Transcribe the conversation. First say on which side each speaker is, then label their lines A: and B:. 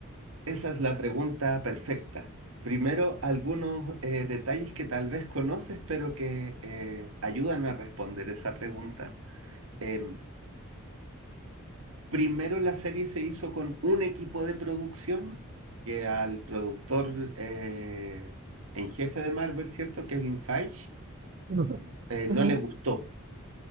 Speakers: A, on the right; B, on the right.
A: Esa es la pregunta perfecta. Primero, algunos eh, detalles que tal vez conoces, pero que eh, ayudan a responder esa pregunta. Em, primero, la serie se hizo con un equipo de producción que al productor eh, en jefe de Marvel, ¿cierto? Kevin Feige,
B: <laughs> Ujú.
A: eh,
B: Ujú.
A: no le gustó.